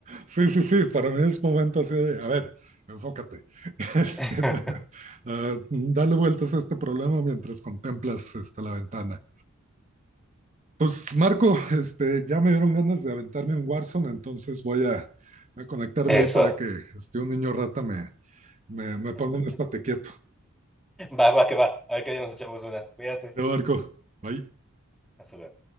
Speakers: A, on the right; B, in the centre.
A: Sí, sí, sí, para mí es momento así de, a ver, enfócate, <laughs> este,
B: <laughs>
A: uh, dale vueltas a este problema mientras contemplas este, la ventana. Pues Marco, este, ya me dieron ganas de aventarme en Warzone, entonces voy a, a conectarme
B: Eso.
A: ahí para que este, un niño rata me, Me, me pongo en estate quieto.
B: Va, va, que va. A ver que ya nos echamos una. Cuídate.
A: Te marco. Bye.
B: Hasta luego.